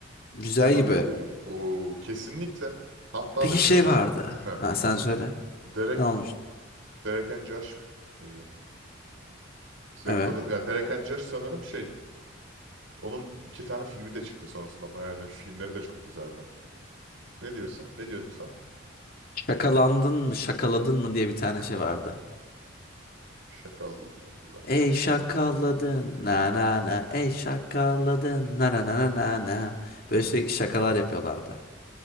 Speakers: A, on the left (about 45°); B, on the right (about 85°).
A: Güzel
B: Bunu
A: gibi.
B: bilmiyor mu? Oo kesinlikle. Hatta
A: Peki
B: da şey
A: şey
B: olmuş.
A: vardı.
B: Ne?
A: Ha sen söyle.
B: Derek
A: Ne olmuş?
B: Derek and Josh mıydı? Zack
A: Evet.
B: Val- ya Derek and Josh sanırım şey. Onun iki tane filmi de çıktı sonrasında. Bayağı önemli. Filmleri de çok güzeldi. Ne diyorsun? Ne diyordun sen?
A: Şakalandın mı, şakaladın mı diye bir tane şey vardı.
B: Şakal hatırlamıyorum.
A: Ey şakaladın na na na, ey şakaladın na na na na na na. Böyle sürekli şakalar yapıyorlardı.